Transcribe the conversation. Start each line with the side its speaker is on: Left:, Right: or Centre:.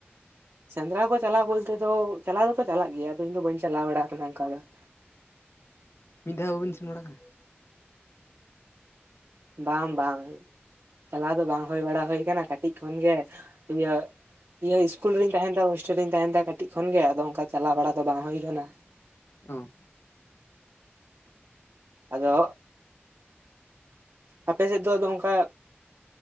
Right: ᱥᱮᱸᱫᱽᱨᱟ ᱠᱚ ᱪᱟᱞᱟᱣ ᱵᱚᱞᱛᱮ ᱫᱚ, ᱪᱟᱞᱟᱣ ᱫᱚᱠᱚ ᱪᱟᱞᱟᱜ ᱜᱮᱭᱟ ᱟᱫᱚ ᱤᱧ ᱫᱚ ᱵᱟᱹᱧ ᱪᱟᱞᱟᱣ ᱵᱟᱲᱟᱣ ᱠᱟᱱᱟ ᱚᱝᱠᱟ ᱫᱚ ᱾
Left: ᱢᱤᱫ ᱫᱷᱟᱣ ᱦᱚᱸ ᱵᱟᱵᱤᱱ ᱥᱮᱱ ᱵᱟᱲᱟ ᱟᱠᱟᱱᱟ ᱾
Right: ᱵᱟᱝ ᱵᱟᱝ ᱪᱟᱞᱟᱣ ᱫᱚ ᱵᱟᱝ ᱦᱩᱭ ᱵᱟᱲᱟ ᱦᱩᱭ ᱠᱟᱱᱟ ᱠᱟᱹᱴᱤᱡ ᱠᱷᱚᱱᱜᱮ, ᱤᱭᱟᱹᱜᱼᱼ ᱤᱭᱟᱹ ᱤᱥᱠᱩᱞ ᱨᱮᱧ ᱛᱟᱦᱮᱱ ᱛᱚ ᱦᱳᱥᱴᱮᱞ ᱨᱮᱧ ᱛᱟᱦᱮᱱ ᱛᱮ ᱠᱟᱹᱴᱤᱡ ᱠᱷᱚᱱ ᱜᱮ, ᱟᱫᱚ ᱚᱱᱠᱟ ᱪᱟᱞᱟᱣ ᱵᱟᱲᱟ ᱫᱚ ᱵᱟᱝ ᱦᱩᱭ ᱠᱟᱱᱟ ᱾
Left: ᱦᱚᱸ
Right: ᱟᱫᱚ ᱟᱯᱮ ᱥᱮᱫ ᱫᱚ ᱟᱫᱚ ᱚᱝᱠᱟᱼᱼ